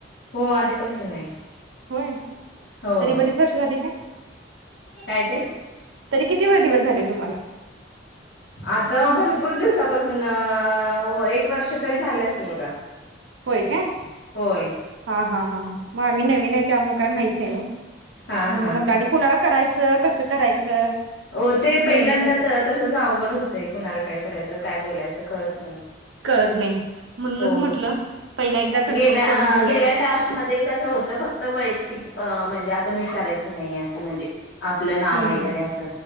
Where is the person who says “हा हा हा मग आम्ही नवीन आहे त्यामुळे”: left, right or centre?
Right